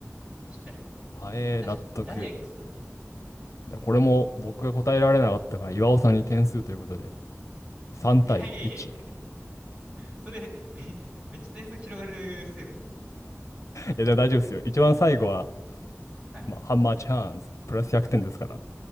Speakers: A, on the right; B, on the left.
A: 確かに。
B: はえー、
A: 確かに。
B: 納得。
A: ダイレクトとかね。
B: じゃあこれも僕が答えられなかったから、岩尾さんに点数ということで、3対1。
A: いやいやいやいや
B: <laughs> い
A: それ、め、めっちゃ点数広がるせいぞ。
B: や、でも大丈夫ですよ。一番最後は、
A: はい。
B: まあ、ハンマーチャンス、プラス100点ですから。